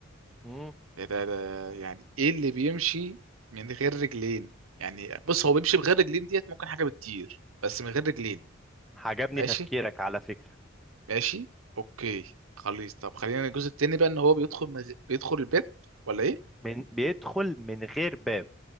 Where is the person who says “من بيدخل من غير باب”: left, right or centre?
Centre